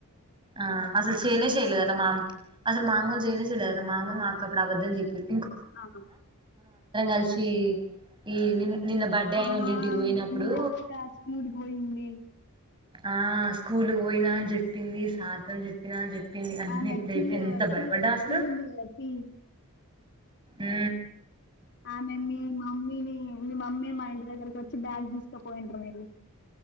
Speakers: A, on the right; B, on the left.
A: ఆ అసలు చేనే చెయలేదు మా అసలు మామూలు చేనే చేయలేదు మామ మాకు అప్పుడు అవద్దని చెప్పారు
B: ఆ
A: కలిసి ఈ నిన్ నిన్న బర్డే అయిన
B: ఆ
A: వాళ్ళ ఇంటికి పోయినప్పుడు
B: మీ అక్క స్కూల్ కి పోయింది
A: ఆ స్కూల్ పోయినా అని చెప్పింది సార్ తో చెప్పిన అని చెప్పి ది అన్ని
B: ఆమె
A: ఎట్లా
B: పి
A: చెప్పింది ఎంత భయపడ్డా అసలు
B: పి ఉంది కదా పి
A: ఊ
B: ఆమె మీ మమ్మీని మీ మమ్మీ మా ఇంటి దగ్గరకి వచ్చి బ్యాగ్ తీసు పోయిన్రు మీరు